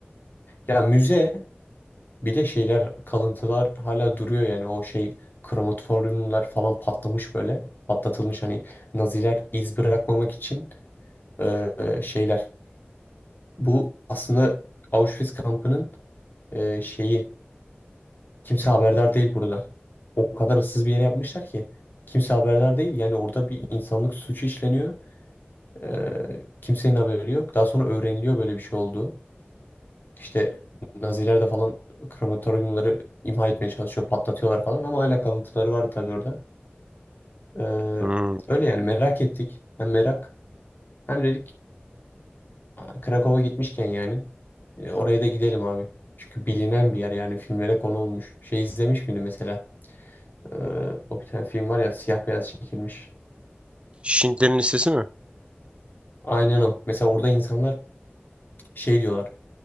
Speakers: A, on the left; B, on the right.
A: ya müze bir de şeyler kalıntılar hala duruyor yani o şey krematoryumlar falan patlamış böyle. Patlatılmış hani Naziler iz bırakmamak için e, şeyler. Bu aslında Auschwitz kampının e, şeyi Kimse haberdar değil burada. O kadar ıssız bir yere yapmışlar ki. Kimse haberdar değil. Yani orada bir insanlık suçu işleniyor. Ee, kimsenin haberi yok. Daha sonra öğreniliyor böyle bir şey olduğu. İşte Naziler de falan krematoryumları imha etmeye çalışıyor. Patlatıyorlar falan ama hala kalıntıları var tabii orada. Ee,
B: Hmm.
A: öyle yani merak ettik. Hem merak hem dedik "Aa, Krakow'a gitmişken yani e, oraya da gidelim abi. Çünkü bilinen bir yer yani filmlere konu olmuş. Şey izlemiş miydin mesela? Ee, o bir tane film var ya siyah beyaz çekilmiş.
B: Şintlerin lisesi mi?
A: Aynen o. Mesela orada insanlar şey diyorlar.